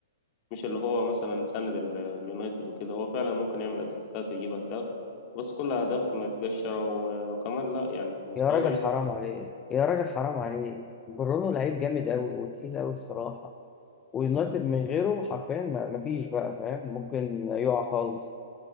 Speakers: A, on the left (about 40°); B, on the left (about 20°).
A: مش اللي هو مثلا ساند ال- اليونايتد وكده هو فعلا ممكن يعمل اسيستات ويجيب اهداف بس كلها اهداف متقشره و- وكمان لا يعني مستواه
B: يا راجل
A: ضعيف
B: حرام
A: خالص
B: عليه يا راجل حرام عليه برونو لعيب جامد أوي وتقيل أوي الصراحة ويونايتد من غيره حرفيا ما- مفيش بقى فاهم ممكن يقع خالص